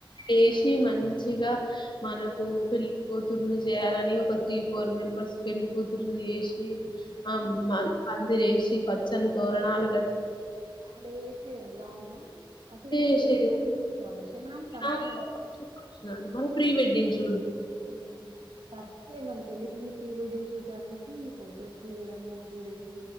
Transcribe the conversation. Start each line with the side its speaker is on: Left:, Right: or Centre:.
Left: చేసి మంచిగా మనకు పి కూతుర్ని చేయాలని ఒక త్రీ ఫోర్ మెంబర్స్ పెళ్లి కూతుర్ని చేసి ఆ
Right: ఉమ్.
Left: మ మంది ఎసి పచ్చని తోరణాలు గ
Right: అట్లా ఎసేది అవును అసలు
Left: చేసేది
Right: ఇప్పుడు ఎవ్వరు చూడు ఫంక్షనాల్ ఫంక్షనల్
Left: ఫంక్షనాలు మన ప్రీ వెెడ్డింగ్స్
Right: ప్రీ వెడ్డింగ్ ఫస్టే మళ్ళ పెళ్ళికి ముందు ప్రీ వెడ్డింగ్ షూట్ అనేసి ఫొటోస్ దిగడము టూ డేస్